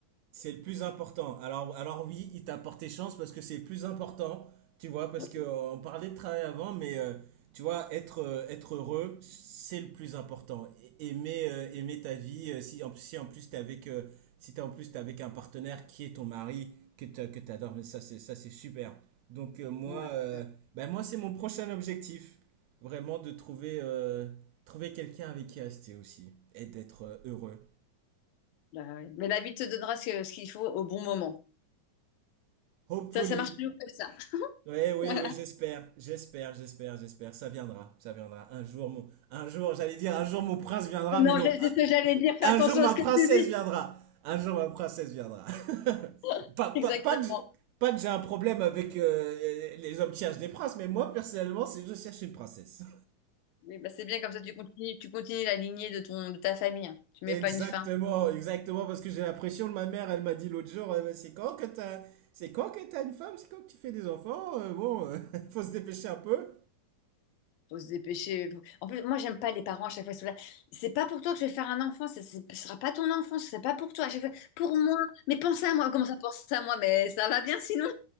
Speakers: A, on the right; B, on the left.
A: C'est le plus important. Alors, alors oui, il t'a porté chance parce que c'est le plus important, tu vois, parce
B: va.
A: que euh, on parlait de travail avant, mais euh, tu vois, être, euh, être heureux, c'est le plus important. Et- Aimer, euh, aimer ta vie, euh, si en, si en plus t'es avec, euh, si t'es en plus t'es avec un partenaire qui est ton mari, que t'a- que t'adores, mais ça c'est, ça c'est super. Donc euh, moi,
B: Ouais,
A: euh,
B: ouais,
A: ben moi c'est mon prochain objectif, vraiment de trouver, euh, trouver quelqu'un avec qui rester aussi et d'être euh, heureux.
B: bah ouais. Mais la vie te donnera ce que- ce qu'il faut au bon moment.
A: Hopefully.
B: Ça, ça marche toujours comme ça.
A: Oui, oui,
B: Voilà.
A: oui, j'espère, j'espère, j'espère, j'espère. Ça viendra, ça viendra. Un jour, mon, un jour, j'allais dire, un jour mon prince viendra,
B: Non,
A: mais non.
B: j'ai-
A: Un,
B: c'est ce que j'allais dire. Fais attention
A: un jour ma
B: à ce
A: princesse
B: que tu dis.
A: viendra. Un jour ma princesse viendra. <laughs>
B: <laughs>
A: Pas, pas,
B: Exactement.
A: pas que, j- pas que j'ai un problème avec euh, les hommes qui cherchent des princes, mais moi, personnellement, c'est je cherche une princesse.
B: Mais bah, c'est bien comme ça, tu continues, tu continues la lignée de ton, de ta famille. hein.
A: <laughs>
B: Tu mets
A: Exactement,
B: pas une fin.
A: exactement, parce que j'ai l'impression que ma mère, elle m'a dit l'autre jour, euh, c'est quand que t'as, c'est quand que t'as une femme, c'est quand que tu fais des enfants, euh, bon, euh, <laughs> faut se dépêcher un peu.
B: Faut se dépêcher. En plus, moi, j'aime pas les parents à chaque fois. ils sont là, C'est pas pour toi que je vais faire un enfant. c'est- c'est- Ce sera pas ton enfant. C'est pas pour toi. À chaque fois, pour moi. Mais pense à moi. Comment ça pense à moi? Mais ça va bien sinon.